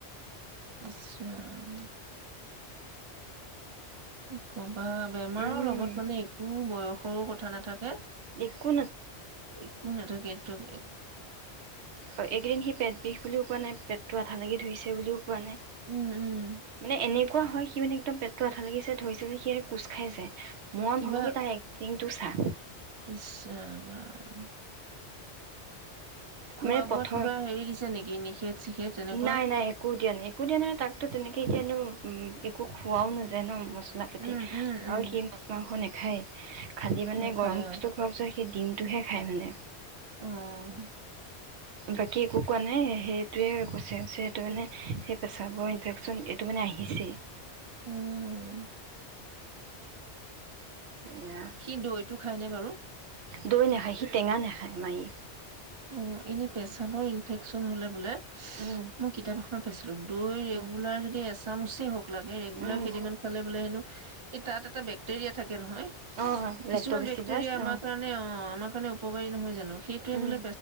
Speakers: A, on the right; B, on the right.
A: ইছৰাম কি কবা বেমাৰৰ
B: উম
A: লগত মানে একো বয়স সৰু কথা না থাকে
B: একো
A: একো নাথাকে ত
B: হয় এইকেইদিন সি পেট বিষ বুলিও কোৱা নাই পেটটো ভালকে ধৰিছে বুলিও? ৱা নাই
A: উম, উম,
B: মানে এনে। ৱা সি একদম পেটটো আঠা লাগিছে ধৰিছিল সিৰে কোচ খাই যে? মই
A: কিবা
B: ভাবো কি তাৰ এক্টিংটো চা।
A: ইচ ৰাম উম খোৱা
B: মানে পথৰ
A: বোৱাত কিবা হেৰি দিছে নেকি নিষেধ চিষেধ তেনেকুৱা?
B: নাই নাই একো দিয়া নাই একো দিয়া নাই মানে তাকতো তেনেকে? ত কি যেনো একো খোৱাও নাযায় ন মস। মছলা পাতি
A: উম, উম, উম।
B: অ সি মছলা খন। নেখায়। খালি মানে
A: নাখায়
B: গৰম বস্তু খোৱাৰ পিছত সি দিম। টোহে খায় মানে?
A: উম
B: বাকী একো কোৱা নাই সেইটোৱে কৈছে ছে এইটো মানে সেই পেচাবৰ ইনফেকচন এইটো মানে আহিছেই?
A: উম
B: এয়া
A: সি দৈটো খায়নে বাৰু?
B: দৈ নাখায় সি টেঙা নাখায় মাৰি?
A: অ এনে পেছাবৰ ইনফেকচন হলে বোলে?
B: উম
A: মই কিতাপত আ। অ পাইছো? দৈ ৰেগুলাৰ
B: হয়
A: যদি আছে? এচামুচে হওক? লাগে ৰেগুলাৰ
B: উম
A: কেইদিনমান খালে বোলে হেনো এই তাত। টা বেক্টেৰিয়া থাকে? নহয়
B: অ
A: কিছুমান
B: লেক্ট'বেচিলাছ
A: বেক্টেৰিয়া আমাৰ
B: অ
A: কাৰণে অ আমাৰ কাৰণে উপকাৰী নহয় জানো সেইটোৱে
B: উম
A: বোলে?